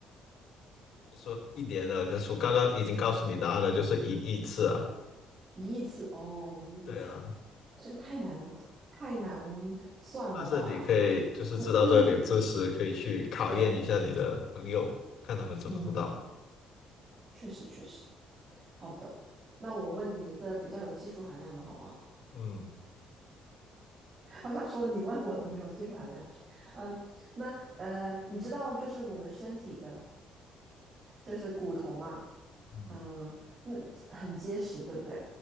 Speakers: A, on the left; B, on the right.
A: 我说一年了，可是我刚刚已经告诉你答案了，就是一亿次啊。
B: 一亿次哦，一亿次，
A: 对啊，
B: 这个太难太难算了吧？
A: 但是你可以就是知道这个冷知识，
B: <clears throat>
A: 可以去考验一下你的朋友，
B: 对，
A: 看他们知不知道。
B: 嗯，确实确实，好的，那我问你一个比较有技术含量的好不好？
A: 嗯
B: 好像说的你问我的没有技术含量。嗯、那呃，你知道就是我们身体的就是骨头嘛，
A: 嗯，
B: 嗯、那很结实，对不对？